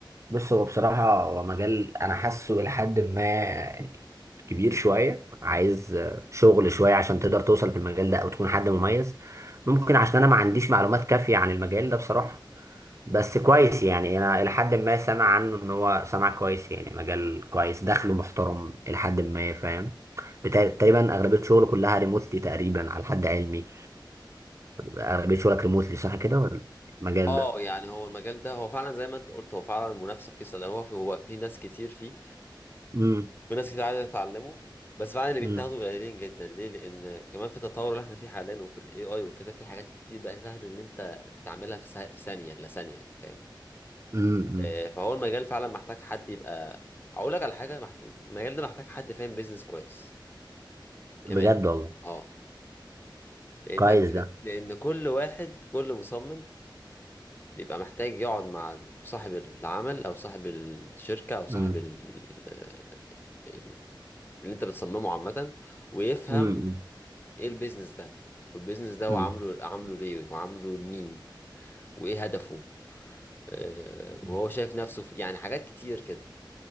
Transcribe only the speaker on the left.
اه
يعني هو المجال ده هو فعلا زي ما انت قلت هو فعلا المنافسة فيه سلبية هو في هو في ناس كتير فيه
وناس كتير عايزة تتعلمه بس فعلا اللي بيتاخدوا
قليلين جدا ليه لأن كمان في التطور اللي احنا فيه حاليا وفي الاي اي وكده في حاجات كتير بقى سهل ان انت تعملها في سا- في ثانية لا ثانية فاهم
آه، فهو المجال فعلا محتاج حد يبقى اقول لك على حاجه مح- المجال ده محتاج حد فاهم بيزنس كويس كمان
اه لانك
لان كل واحد كل مصمم بيبقى محتاج يقعد مع صاحب العمل او صاحب الشركه او صاحب
ال... ال- اللي انت بتصممه عامه ويفهم
ايه البيزنس ده والبيزنس ده هو
عامله عامله ليه وعامله لمين وايه هدفه آه،
وهو شايف نفسه في يعني حاجات كتير كده